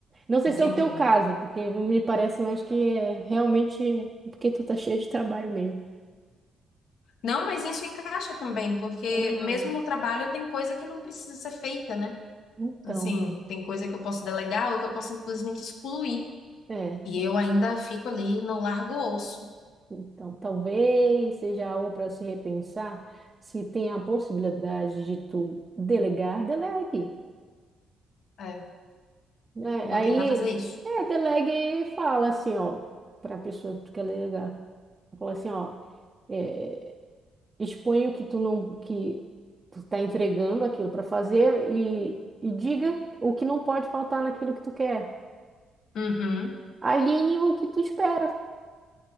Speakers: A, on the right (about 25°); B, on the left (about 75°).
A: Não sei
B: entendi.
A: se é o teu caso, porque me parece mais que é realmente porque tu tá cheia de trabalho mesmo.
B: Não, mas isso encaixa também, porque
A: É,
B: mesmo no trabalho tem coisa que não precisa ser feita, né?
A: então,
B: Assim, tem coisa que eu posso delegar ou que eu posso simplesmente excluir.
A: é,
B: E eu ainda fico ali, não largo o osso.
A: então, talvez seja algo para se repensar. Se tem a possibilidade de tu delegar, delegue.
B: É,
A: né?
B: vou
A: Aí,
B: tentar fazer isso.
A: é, delegue e fala assim, ó, para a pessoa que tu quer delegar. Fala assim, ó, é, expõe o que tu não que tu tá entregando aquilo para fazer e, e diga o que não pode faltar naquilo que tu quer.
B: Uhum.
A: Alinhe o que tu espera.